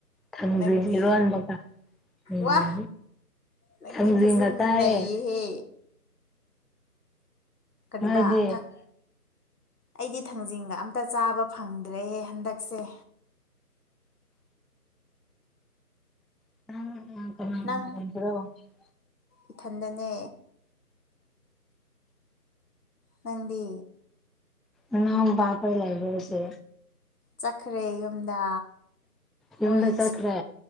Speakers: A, in the centre; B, on the left.
A: ꯊꯪꯖꯤꯡ
B: ꯅꯪꯗꯤ
A: ꯏꯔꯣꯟꯕꯒ <unintelligible>
B: ꯋꯥ ꯅꯪꯗꯤ
A: ꯊꯥꯡꯖꯤꯡꯒ
B: ꯐꯖꯅ
A: ꯆꯥꯏꯌꯦ
B: ꯅꯩꯌꯦꯍꯦ ꯀꯔꯤꯕ
A: ꯅꯣꯏꯗꯤ
B: ꯊꯛ ꯑꯩꯗꯤ ꯊꯥꯡꯖꯤꯡꯒ ꯑꯝꯇ ꯆꯥꯕ ꯐꯪꯗꯔꯦꯍꯦ ꯍꯟꯗꯛꯁꯦ
A: <unintelligible>
B: ꯅꯪ__
A: <unintelligible>
B: ꯏꯊꯟꯗꯅꯦ꯫ ꯅꯪꯗꯤ꯫
A: ꯑꯉꯥꯎꯕꯥꯄꯩ ꯂꯩꯔꯨꯔꯁꯦ꯫
B: ꯆꯠꯈ꯭ꯔꯦ ꯌꯨꯝꯗ
A: ꯌꯨꯝꯗ
B: ꯃꯣꯏꯁ꯫
A: ꯆꯠꯈ꯭ꯔꯦ